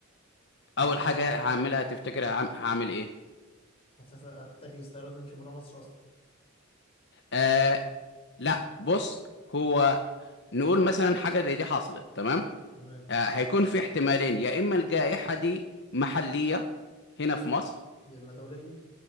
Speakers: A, on the left; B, on the left.
A: تمام
B: اول حاجة هعملها تفتكر هعم- هعمل ايه
A: هتسافر هتحجز طيارة وتمشي برا مصر أصلا
B: آه لا بص هو نقول مثلا حاجة زي دي حصلت تمام
A: تمام
B: آه هيكون في احتمالين يا إما الجائحة دي محلية هنا في مصر
A: دي إما دولية